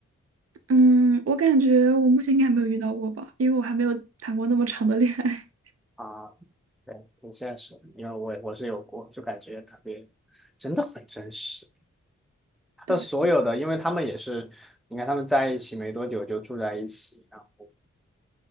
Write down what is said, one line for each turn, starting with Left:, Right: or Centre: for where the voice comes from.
Right: 嗯，我感觉我目前应该还没有遇到过吧，因为我还没有谈过那么长的恋爱。
Centre: 啊，对，挺现实的，因为我我是有过，就感觉特别，真的很真实。他的所有的，
Right: <laughs> 对
Centre: 因为他们也是，你看他们在一起没多久就住在一起，然后